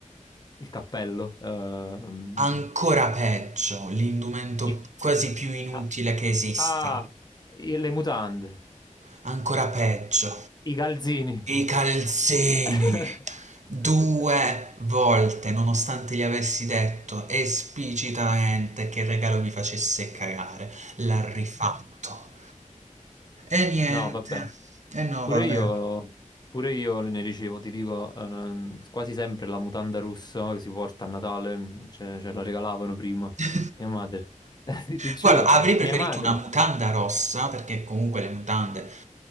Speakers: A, on the left; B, on the right.
A: il cappello, ehm,
B: Ancora peggio, l'indumento
A: i-
B: quasi più inutile
A: ah,
B: che esista.
A: ah, i- le mutande,
B: Ancora peggio.
A: i calzini.
B: I calzini!
A: <laughs>
B: Due volte, nonostante gli avessi detto esplicitamente che il regalo mi facesse cagare, l'ha rifatto. E niente.
A: No, vabbè,
B: E no,
A: pure
B: vabbè.
A: io, pure io ne ricevo, ti dico, eh, non- quasi sempre la mutanda russa che si porta a Natale, mm, ce, ce la regalavano prima,
B: <laughs>
A: mia madre, <laughs> ti giuro,
B: Guarda, avrei preferito
A: mia madre.
B: una mutanda rossa perché comunque le mutande,